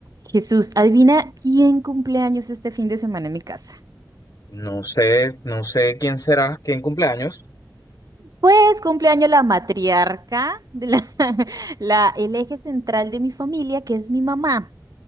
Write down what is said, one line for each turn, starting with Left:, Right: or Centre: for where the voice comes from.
Right: Jesús, adivina quién cumple años este fin de semana en mi casa.
Left: No sé, no sé quién será, quién cumpleaños.
Right: Pues cumpleaños la matriarca, de la, <laughs> la, el eje central de mi familia, que es mi mamá.